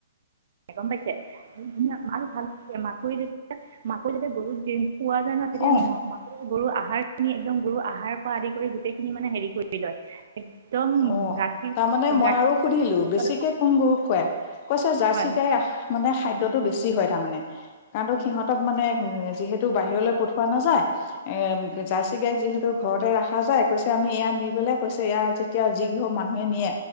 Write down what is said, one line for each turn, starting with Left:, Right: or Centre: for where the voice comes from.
Right: গম পাইছে <unintelligible> আৰু ভাল মাকৈ যেতিয়া মাকৈ যেতিয়া গৰুক দি পোৱা যায় ন' তেতিয়া
Left: অ
Right: ম মাকৈ গৰু আহাৰখিনি একদম গৰু আহাৰ পৰা আদি কৰি গোটেইখিনি মানে হেৰি কৰি লয়। একদম
Left: অ'
Right: গাখীৰ
Left: তাৰমানে মই
Right: গাখীৰ
Left: আৰু সুধিলোঁ
Right: উৎপাদন
Left: বেছিকে কোন গৰু খুৱাই। কৈছে জাৰ্চি
Right: হয় হয়
Left: গাই মানে খাদ্যয়টো বেছি হয় তাৰমানে। কাৰণটো সিহঁতক মানে যিহেতু বাহিৰলৈ পঠোৱা নাযায় এ, জাৰ্চি গাইক যিহেতু ঘৰতে ৰখা যায়, কৈছে আমি ইয়াত নি পেলাই কৈছে ইয়াৰ যি কিহৰ মানুহে নিয়ে